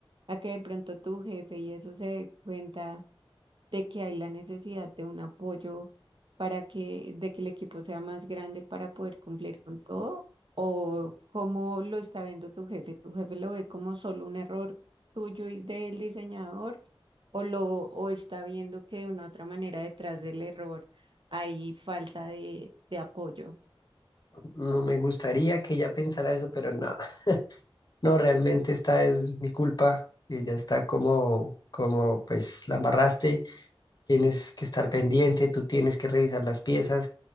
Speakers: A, on the right (about 60°); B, on the left (about 45°).
A: a que de pronto tu jefe y eso se dé cuenta? de que hay la necesidad de un apoyo para que, de que el equipo sea más grande para poder cumplir con todo? ¿O cómo lo está viendo tu jefe? ¿Tu jefe lo ve como solo un error tuyo y del diseñador? ¿O lo, o está viendo que de una u otra manera detrás del error hay falta de, de apoyo?
B: No me gustaría que ella pensara eso, pero no. No, realmente esta es mi culpa, que ya está como, como pues la amarraste, tienes que estar pendiente, tú tienes que revisar las piezas.